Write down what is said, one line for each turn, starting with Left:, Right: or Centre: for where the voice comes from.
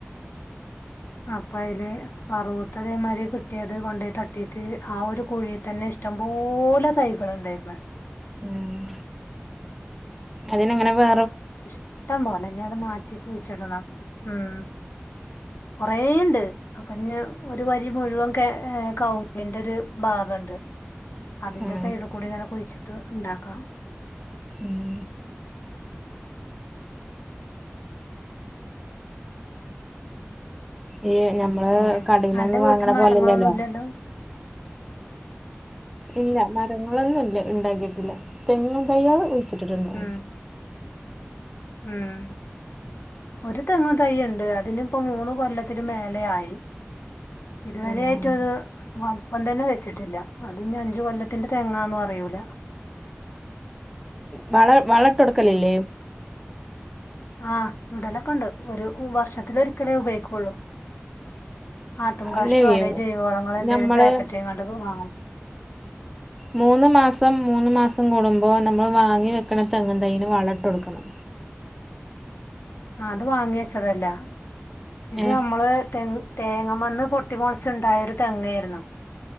Left: അപ്പൊ അയ്ല് കറൂത്തതേമാരി കിട്ടിയത് കൊണ്ടോയ് തട്ട് ത്തീട്ട് ആ ഒരു കുഴി തന്നെ ഇഷ്ടംപലെ തൈകള് ണ്ടായിര്ന്ന്
Centre: ഉം അതിനങ്ങനെ വെ
Left: ഇഷ്ടം പോലെ ഞ്ഞ് അത് മാറ്റി കുഴ്ച്ചിടണം ഉം കൊറേണ്ട് അപ്പൊ ഞ്ഞ് ഒരു വരി മുഴുവൻ കെ കവ്ങ്ങിൻ ന്റെ രു ഭാഗ ണ്ട് അതിന്റെ
Centre: ഉം
Left: സൈഡ് കൂടി ങ്ങനെ കുഴ്ച്ചിട്ട് ണ്ടാക്കണം
Centre: ഉം ഈ ഞമ്മള്
Left: പിന്നെ
Centre: കടയിൽന്നൊന്നും
Left: അന്റെ വീട്ട്
Centre: വാങ്ങണ
Left: ല് മരങ്ങളൊന്നു
Centre: പോലെല്ലല്ലോ
Left: ല്ലല്ലോ
Centre: ഇല്ല മരങ്ങളൊന്നു ല്ല ഇണ്ടാക്കിട്ടില്ല തെങ്ങും തയ്യള് കു ച്ച്ട്ട്ട്ട്ണ്ട്
Left: ഉം ഉം ഒരു തെങ്ങ് തൈ ണ്ട് അതിന് പ്പോ മൂന്ന് കൊല്ലത്തിന് മേലെ ആയി ഇതുവരെ
Centre: ആഹ്
Left: ആയിറ്റു അത് വ പ്പം തന്നെ വെച്ചിട്ടില്ല അതിന് അഞ്ചു കൊല്ലത്തിന്റെ തെങ്ങാന്നു അറിയൂല
Centre: വള വളട്ടൊട്ക്കല്‌ല്ലേ
Left: ആഹ് ഇടലൊക്ക ഉണ്ട് ഒരു വർഷത്തിലൊരിക്കലേ ഉപയോയ്ക്കുള്ളൂ ആട്ടും കാഷ്ടോ
Centre: അല്ലേ
Left: അല്ലെ ജൈവളങ്ങളോ എന്തെലും
Centre: ഞമ്മള്
Left: പാക്കറ്റ് ആയ്ങ്ങാണ്ട് വാങ്ങും
Centre: മൂന്ന് മാസം മൂന്ന് മാസം കൂടുമ്പോ നമ്മൾ വാങ്ങി വെക്ക്‌ണ തെങ്ങും തൈന് വളട്ടൊട്ക്കണം
Left: ആ അത് വാങ്ങി വെച്ചതല്ല ഇത്
Centre: ഏഹ്
Left: നമ്മള് തെങ്ങ് തേങ്ങ മന്ന് പൊട്ടിമളച്ചുണ്ടായൊരു തെങ്ങായിരുന്നു